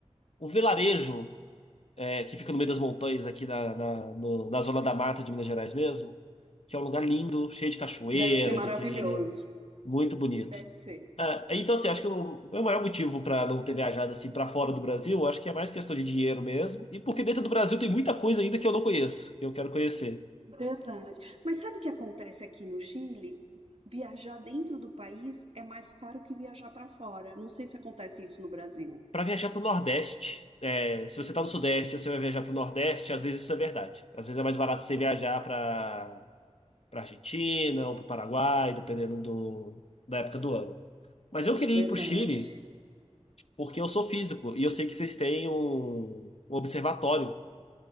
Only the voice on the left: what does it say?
um vilarejo é, que fica no meio das montanhas aqui na, na, no- na zona da mata de Minas Gerais mesmo, que é um lugar lindo, cheio de cachoeira,
de trilha, muito bonito.
Ah, então, assim, acho que o meu maior motivo para não ter viajado assim para fora do Brasil, acho que é mais questão de dinheiro mesmo, e porque dentro do Brasil tem muita coisa ainda que eu não conheço, que eu quero conhecer.
Para viajar para o Nordeste, é, se você está no Sudeste, você vai viajar para o Nordeste, às vezes isso é verdade. Às vezes é mais barato você viajar para para Argentina ou para o Paraguai, dependendo do, da época do ano. Mas eu queria
ir para o Chile porque eu sou físico e eu sei que vocês têm um, um observatório